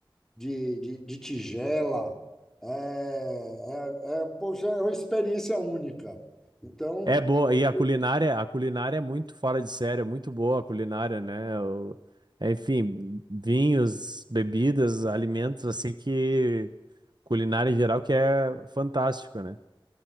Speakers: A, in the centre; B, on the right (about 55°).
A: de, de, de tigela. É, é, é, poxa, é uma experiência única. Então,
B: É boa,
A: eu-
B: e a culinária, a culinária é muito fora de série, é muito boa a culinária, né? O- é, enfim, vinhos, bebidas, alimentos, assim que culinária em geral que é fantástico, né?